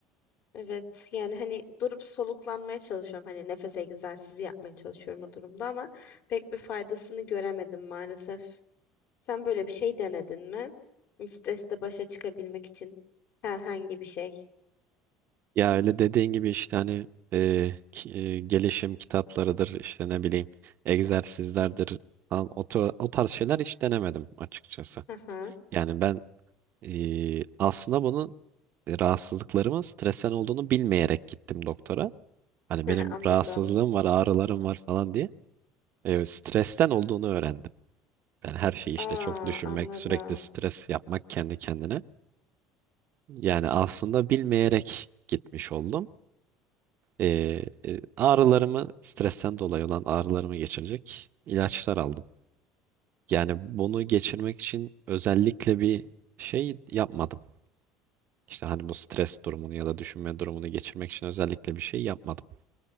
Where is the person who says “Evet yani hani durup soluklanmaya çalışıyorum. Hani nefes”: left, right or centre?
Left